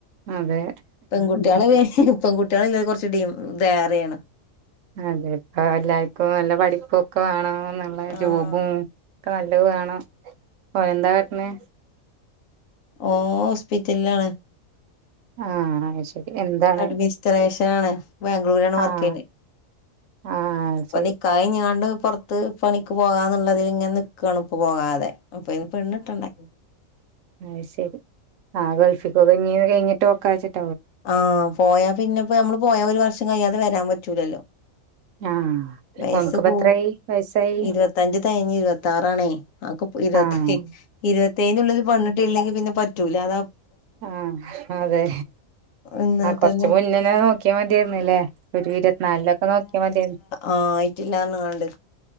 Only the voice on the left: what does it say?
പെങ്കുട്ട്യാള് പെങ്കുട്ട്യാള്ല്ലോൽക്ക് കൊർച്ച് ഡി ഇതേറെയാണ്
ആഹ്
ഓ ഹോസ്പിറ്റലിലാണ്.
അഡ്മിനിസ്ട്രേഷൻ ആണ്. ബാംഗ്ലൂരിാണ് വർക്ക്
ചെയ്യണ
ഇപ്പം
നിക്കാഹ് കഴിഞ്ഞാണ്ട്. പുറത്ത് പണിക്ക് പോകാന്നുള്ളതിൽ ഇങ്ങനെ നിൽക്കുകാണ് ഇപ്പ പോകാതെ. അപ്പൊ ഐന്. പെണ്ണിട്ടണ്ടേ
ആഹ പോയാ പിന്നെപ്പോ നമ്മള് പോയാ ഒരു വർഷം കഴിയാതെ വരാൻ പറ്റൂലല്ലോ?
വയസ
കൂ
ഇരുപത്തഞ്ച് തഴിഞ്ഞ് ഇരുപത്തി ആറാണേ, ആതെകെ ഇരുപത്ത
ഇരുപത്തേുള്ളത് പഞ്ഞിട്ട് ഇില്ലെങ്കിൽ പിന്നെ പറ്റൂലന്ന
എന്നാ
തന്നെ
ആഹ ആയിട്ടില്ലന്ന കണ്ട്.